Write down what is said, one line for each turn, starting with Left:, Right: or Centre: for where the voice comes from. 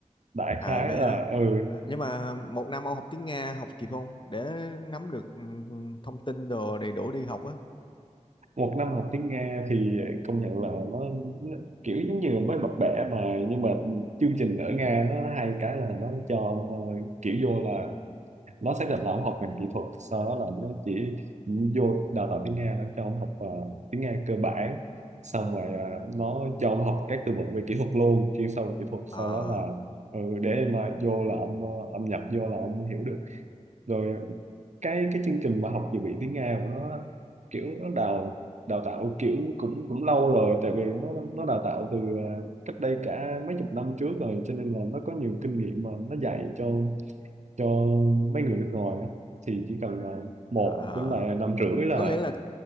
Right: đại
Left: À
Right: khái
Left: vậy
Right: là
Left: hả
Right: ừ
Left: Nhưng mà một năm ông học tiếng Nga học kịp không Để nắm được ừ, thông tin đồ đầy đủ đi học á
Right: một năm học tiếng Nga thì công nhận là nó, nó kiểu giống như mới bập bẹ mà nhưng mà chương trình ở Nga nó hay cái là nó cho ông, ờ, kiểu vô là nó xác định là ông học ngành kỹ thuật sau đó là nó chỉ vô đào tạo tiếng Nga nó cho ông học ờ, tiếng Nga cơ bản xong rồi ờ, nó cho ông học các từ vựng về kỹ thuật luôn chuyên sâu về kỹ thuật sau
Left: À,
Right: đó là ừ, để mà vô là ông ờ, ông nhập vô là ông hiểu được rồi cái cái chương trình mà học dự bị tiếng Nga của nó kiểu nó đào đào tạo kiểu cũng cũng lâu rồi tại vì nó nó đào tạo từ ờ, cách đây cả mấy chục năm trước rồi cho nên là nó có nhiều kinh nghiệm mà nó dạy cho cho mấy người nước ngoài đó thì chỉ cần là một
Left: à, à.
Right: đến là năm rưỡi là
Left: có nghĩa là